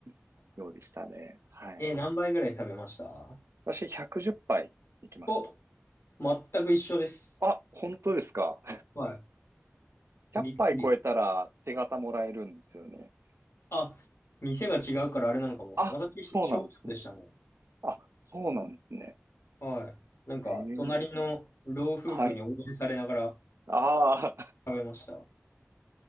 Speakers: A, on the right; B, on the left.
A: <laughs> 量でしたね。はい。
B: え、何杯ぐらい食べました
A: 私110杯行きました。
B: お、全く一緒です。
A: あ、本当ですか。
B: はい。
A: 100杯超えたら手形もらえるんですよね。
B: びっくり。あ、店が違うからあれなのかも。
A: あ、
B: 私、
A: そうなんですね。
B: 小食でしたね。
A: あ、そうなんですね。
B: はい。なんか、
A: ええ、
B: 隣の老夫婦に応援されながら
A: はい。あ
B: 食べました。